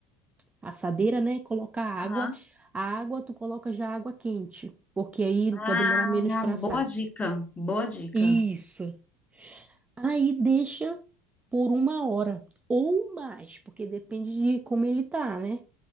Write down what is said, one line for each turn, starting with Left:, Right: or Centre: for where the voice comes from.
Right: assadeira, né? Coloca a água.
Left: Aham.
Right: A água tu coloca já água quente, porque aí
Left: Ah,
Right: vai demorar menos para assar.
Left: boa dica. Boa dica.
Right: Isso. Aí deixa por uma hora ou mais, porque depende de como ele tá, né?